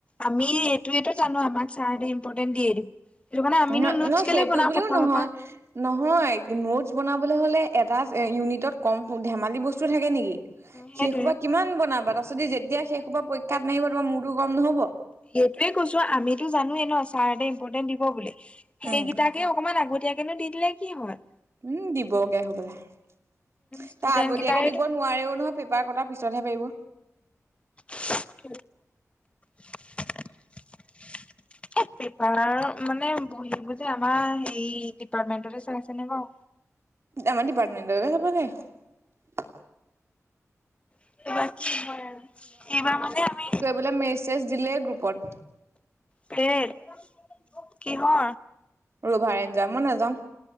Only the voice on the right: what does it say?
ন
নহয়
সেইটো
বুলিও
নহয়
নহয় নোটছ বনাবলৈ হ'লে এটা ইউনিটত কম ধেমালি বস্তু থাকে নেকি?
সেইসোপা কিমান বনাবা তাৰপিছত যেতিয়া সেইসোপা পৰীক্ষাত নাহিব তোমাৰ মোৰতো গম নহ'ব?
উম
উম দিবগে হ'বলা, তাৰ
আগতীয়াকে
দিব নোৱাৰেও নহয়। পেপাৰ কটা পিছতহে পাৰিব।
আমাৰ ডিপাৰ্টমেনটৰ। <unintelligible>
বুলে মেছেজ দিলেই গ্ৰুপত।
ৰভাইন যায় মই নাযাওঁ,